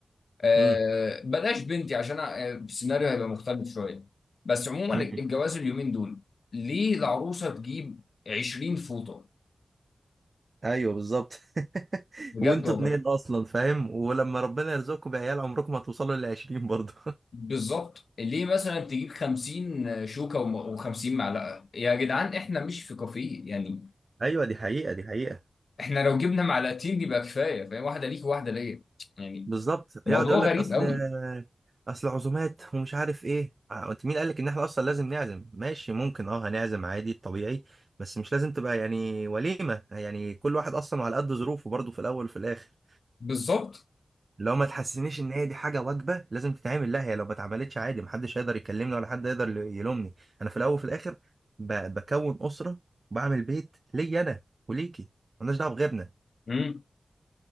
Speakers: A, on the left; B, on the right.
A: آه،
B: امم
A: بلاش بنتي عشان آه، السيناريو هيبقى مختلف شويه بس عموما
B: أمم.
A: الجواز اليومين دول ليه العروسه تجيب 20 فوطه
B: ايوه بالظبط <laughs>
A: بجد
B: وانتوا
A: والله
B: اتنين اصلا فاهم ولما ربنا يرزقكم بعيال عمركم ما توصلوا للعشرين برضه
A: بالظبط ليه مثلا تجيب 50 شوكه و50 معلقه يا جدعان احنا مش في كافيه يعني
B: ايوه دي حقيقه دي حقيقه
A: احنا لو جبنا معلقتين يبقى كفايه فاهم واحده ليك وواحده ليا يعني
B: بالظبط
A: موضوع
B: يقعد يقول لك
A: غريب
B: اصل
A: قوي
B: اصل عزومات ومش عارف ايه آه، انت مين قال لك ان احنا اصلا لازم نعزم ماشي ممكن اه هنعزم عادي طبيعي بس مش لازم تبقى يعني وليمه يعني كل واحد اصلا على قد ظروفه برضه في الاول وفي الاخر
A: بالظبط
B: لو ما تحسسنيش ان هي دي حاجه واجبه لازم تتعمل لا هي لو ما اتعملتش عادي محدش هيقدر يكلمني ولا حد يقدر يلومني انا في الاول وفي الاخر ب... بكون اسره وبعمل بيت ليا انا وليكي مالناش دعوه بغيرنا
A: مم.